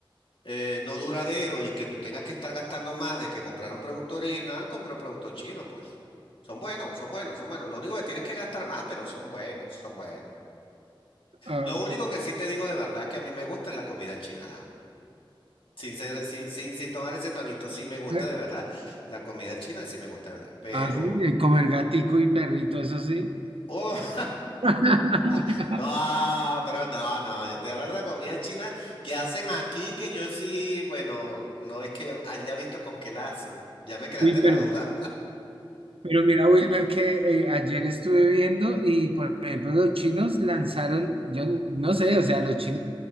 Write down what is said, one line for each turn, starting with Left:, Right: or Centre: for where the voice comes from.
Left: eh, no duradero y que tú tengas que estar gastando más de que comprar un producto original, compra un producto chino, pues. Son buenos, son buenos, son buenos. Lo único que tienes que gastar más, pero son buenos, son buenos.
Right: Ah,
Left: Lo único
Right: que-
Left: que sí te digo de verdad que a mí me gusta es la comida china. ¿no? Sin ser, sin, sin, sin tomar ese tonito, sí me gusta
Right: eh,
Left: de verdad. La comida china sí me gusta de verdad. Pero,
Right: ah, sí, eh, comer gatico y perrito, eso sí.
Left: oh,
Right: <laughs>
Left: <laughs> no, pero no, no, yo estoy hablando de la comida china que hacen aquí, que yo sí, bueno, no es que haya visto con qué la hacen. Ya me creaste
Right: Uy,
Left: la
Right: pero
Left: duda.
Right: Pero mira, Wilmer, que eh, ayer estuve viendo y, por ejemplo, los chinos lanzaron, yo no no sé, o sea, los chinos,